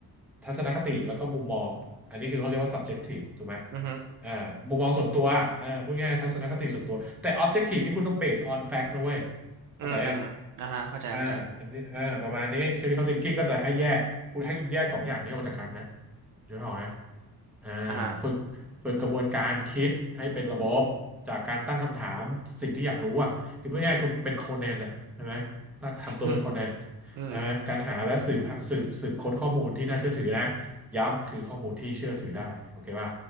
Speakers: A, in the centre; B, on the right (about 55°).
A: ทัศนคติแล้วก็มุมมองอันนี้คือเขาเรียกว่า subjective ถูกไหม
B: ๆอือฮึ
A: อ่ามุมมองส่วนตัวอ่าพูดง่ายๆทัศนคติส่วนตัวแต่ objective นี่คุณต้อง based on fact นะเว้ยเข้าใจยัง
B: อืมอืมอ่าฮะเข้าใจเข้าใจ
A: อ่าอันนี้อ่าประมาณนี้ critical thinking ก็จะให้แยกคุณให้คุณแยกสองอย่างนี้ออกจากกันนะนึกออกไหมอ่า
B: อ่าฮะ
A: ฝึกฝึกกระบวนการคิดให้เป็นระบบจากการตั้งคำถามสิ่งที่อยากรู้อ่ะคือพูดง่ายๆคุณเป็นโคนันอ่ะใช่ไหมทำตัวเป็นโคนัน
B: <coughs> อืมอืม
A: ใช่ไหมการหาและสืบสืบสืบค้นข้อมูลที่น่าเชื่อถือนะย้ำคือข้อมูลที่เชื่อถือได้โอเคป่ะ